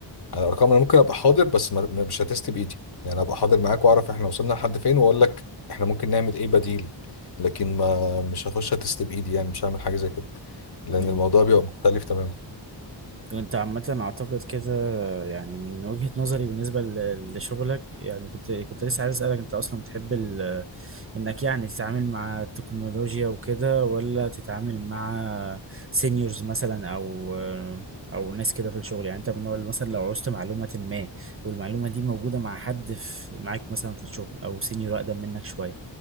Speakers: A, on the left (about 55°); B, on the right (about 30°).
A: عن الارقام انا ممكن ابقى حاضر بس ما ما- مش هتست بايدي يعني ابقى حاضر معاك واعرف احنا وصلنا لحد فين واقول لك احنا ممكن نعمل ايه بديل لكن ما مش هخش هتست بايدي يعني مش هعمل حاجه زي كده لان
B: ايوه
A: الموضوع بيبقى مختلف تماما
B: وانت عامة اعتقد كده يعني من وجهة نظري بالنسبة ل- لشغلك يعني كنت كنت لسه عايز اسألك انت اصلا بتحب ال... انك يعني تتعامل مع التكنولوجيا وكده ولا تتعامل مع سينيورز مثلا او او ناس كده في الشغل يعني انت من النوع اللي مثلا لو عوزت معلومة ما والمعلومة دي موجودة مع حد في معاك مثلا في الشغل او سينيور اقدم منك شوية